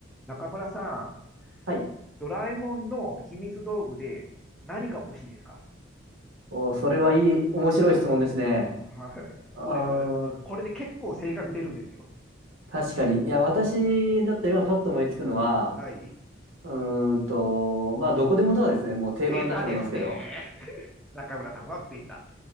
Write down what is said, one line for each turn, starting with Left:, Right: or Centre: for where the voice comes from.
Centre: 中村さん、
Right: はい。
Centre: ドラえもんの秘密道具で何が欲しいですか
Right: お、それはいい、面白い質問ですね。
Centre: はい
Right: あー、
Centre: ど <laughs> うですこれで結構性格出るんですよ。
Right: 確かに。いや、私だったら今パッと思いつくのは、
Centre: はい。
Right: うーんと、まあ、どこでもドアですね。もう定番だと思いますけど。
Centre: ベタですね。中村さんはベタ。